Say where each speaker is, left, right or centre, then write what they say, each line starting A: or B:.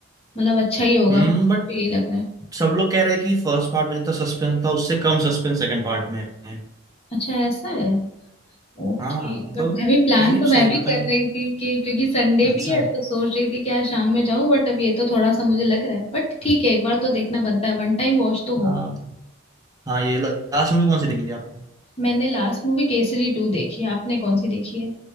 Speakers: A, on the left; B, on the right.
A: मतलब अच्छा ही होगा
B: हम्म
A: मुझे
B: बट
A: यही लग रहा है
B: सब लोग कह रहे हैं कि फर्स्ट पार्ट में जितना सस्पेंस था उससे कम सस्पेंस सेकंड पार्ट में है
A: अच्छा ऐसा है ओके
B: हाँ मतलब
A: बट मैं भी प्लान
B: अजीब
A: तो मैं
B: सही है,
A: भी
B: पता
A: कर
B: नहीं
A: रही थी कि क्योंकि संडे
B: अच्छा
A: भी है तो सोच रही थी कि आज शाम में जाऊं बट अब ये तो थोड़ा सा मुझे लग रहा है बट ठीक है एक बार तो देखना बनता है वन टाइम वॉच तो हो
B: आप हाँ ये लास्ट मूवी कौन सी देखी थी आपने
A: मैंने लास्ट मूवी केसरी टू देखी है आपने कौन सी देखी है